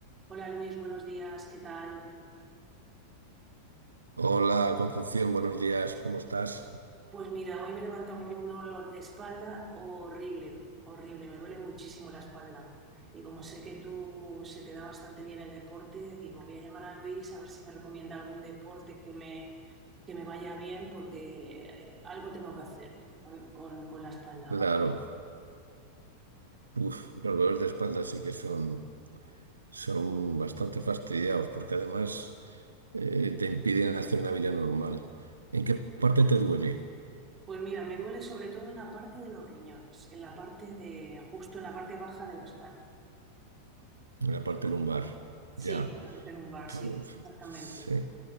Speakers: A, on the right; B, on the right.
A: Hola Luis, buenos días, ¿qué tal?
B: Hola Concepción, buenos días, ¿cómo estás?
A: Pues mira, hoy me he levantado con un dolor de espalda horrible, horrible, me duele muchísimo la espalda. Y como sé que tú se te da bastante bien el deporte, digo, voy a llamar a Luis a ver si me recomienda algún deporte que me, que me vaya bien porque eh, algo tengo que hacer con, con- con la espalda.
B: Claro,
A: para-
B: uf, los dolores de espalda sí que son, son bastante fastidiados porque además eh, te impiden hacer una vida normal. ¿En qué parte te duele?
A: Pues mira, me duele sobre todo en la parte de los riñones, en la parte de, justo en la parte baja de la espalda.
B: En la parte lumbar.
A: Sí,
B: Ya,
A: la parte lumbar,
B: pues,
A: sí, exactamente.
B: sí.